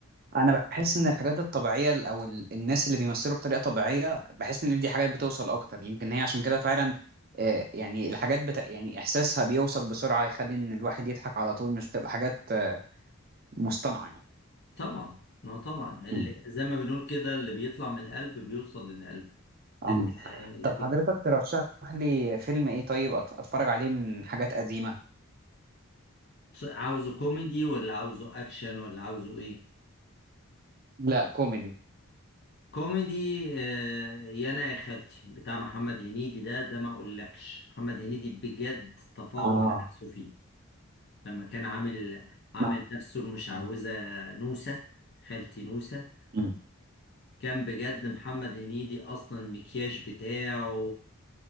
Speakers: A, on the right; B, on the left.
A: انا بحس ان الحاجات الطبيعيه ال- او ال- الناس اللي بيمثلوا بطريقه طبيعيه بحس ان دي حاجات بتوصل اكتر يمكن هي عشان كده فعلا آه، يعني الحاجات بت... يعني احساسها بيوصل بسرعه يخلي ان الواحد يضحك على طول مش بتبقى حاجات آه، مصطنعه يعني
B: طبعا ما طبعا اللي
A: مم.
B: زي ما بنقول كده اللي بيطلع من القلب بيوصل للقلب
A: آه.
B: لكن
A: طب
B: لكن
A: حضرتك ترشح لي فيلم ايه طيب أت- اتفرج عليه من حاجات قديمه
B: عاوزه كوميدي ولا عاوزه أكشن ولا عاوزه إيه
A: لا كوميدي
B: كوميدي آه، يا انا يا خالتي بتاع محمد هنيدي ده ده ما اقولكش محمد هنيدي بجد تفوق
A: اه
B: على نفسه فيه لما كان عامل عامل
A: ما-
B: نفسه المشعوذة
A: مم.
B: نوسة خالتي نوسة
A: مم.
B: كان بجد محمد هنيدي اصلا المكياج بتاعه